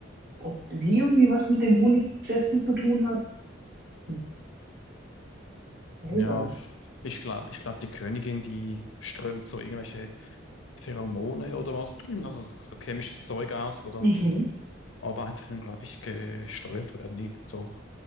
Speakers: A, on the right; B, on the left.
A: ob sie irgendwie was mit dem Honigsetzen zu tun hat. Hm, seltsam.
B: ja, ich glaube, ich glaube, die Königin, die strömt so irgendwelche Pheromone oder was, <clears throat> also so, so chemisches Zeug aus, wo dann
A: Mhm.
B: die Arbeiterinnen, glaube ich, gesteuert werden. Irgend so habe